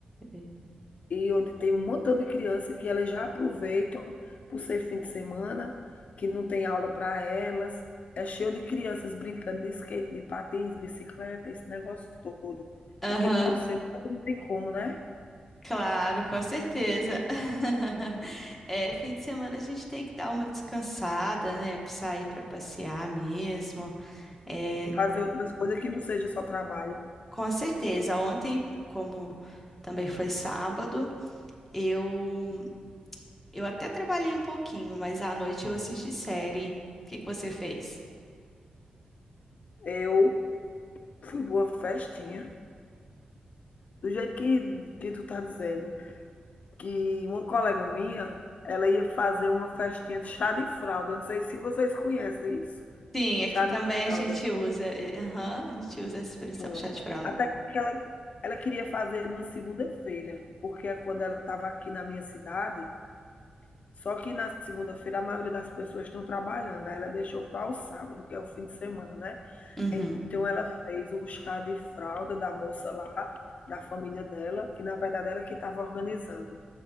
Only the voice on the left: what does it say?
e onde tem um montão de criança que elas já aproveitam, por ser fim de semana, que não tem aula para elas. É cheio de crianças brincando de skate, de patins, bicicleta, esse negócio todo,
porque no meio do semana não tem como, né?
fazer outras coisas que não seja só trabalho.
Eu fui boa festinha. Do jeito que, que tu tá dizendo, que uma colega minha, ela ia fazer uma festinha de chá de fralda. Eu não sei se vocês conhecem isso.
Chá
de
fralda.
Pronto.
Até que ela, ela queria fazer numa segunda-feira, porque é quando ela estava aqui na minha cidade, só que na segunda-feira a maioria das pessoas estão trabalhando. Aí ela deixou para o sábado, que é o fim de semana, né?
Então ela fez o chá de fralda da moça lá, da família dela, que na verdade ela que estava organizando.